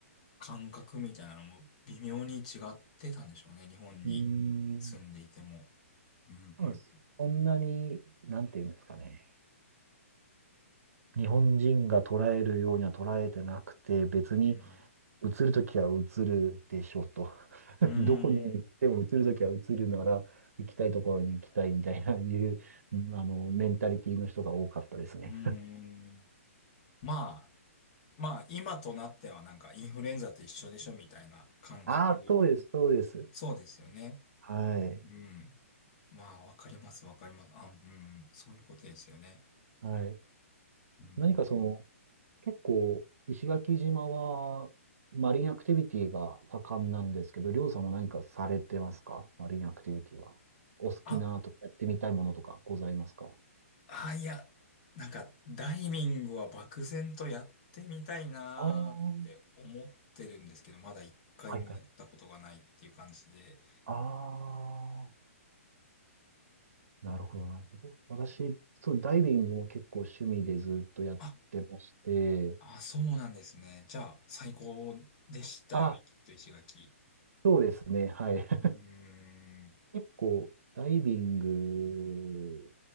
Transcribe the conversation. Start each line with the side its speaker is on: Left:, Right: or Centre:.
Left: 感覚みたいなのも微妙に違ってたんでしょうね。日本に住んでいても。
Right: うーん。
Left: うん、
Right: 多分そんなに、
Left: うん。
Right: なんていうんですかね。日本人が捉えるようには捉えてなくて、別に
Left: うん
Right: 映るときは映るでしょうと。<laughs>
Left: うー
Right: どこに行っても移るときは移るなら、
Left: ん、
Right: 行きたいところに行きたいみたいな、いう、うんあの、メンタリティの人が多かったですね。
Left: うーん。まあ、まあ、今となってはなんかインフルエンザと一緒でしょみたいな感覚。
Right: <laughs> ああ、そうです、そうです。
Left: そうですよね。
Right: はい。
Left: うん。まあ、わかります、わかります。あ、うん、そういうことですよね。
Right: はい。
Left: うん。
Right: 何かその、結構、石垣島は、マリンアクティビティが盛んなんですけど、りょうさんも何かされてますかマリンアクティビティは。お好きなとか、
Left: あ、
Right: やってみたいものとかございますか
Left: あ、いや、なんか、ダイビングは漠然とやってみたいなーって思ってるんですけど、
Right: ああー、
Left: まだ一回もやったことがないっていう感じで。
Right: はいはい。ああ。なるほど、なるほど。私、そう、ダイビングも結構趣味でずっとやってまして、
Left: あ、あ、そうなんですね。じゃあ、最高でしたよね、
Right: あ、
Left: きっと石垣。
Right: そうですね、はい。<laughs>
Left: うーん。
Right: 結構、ダイビング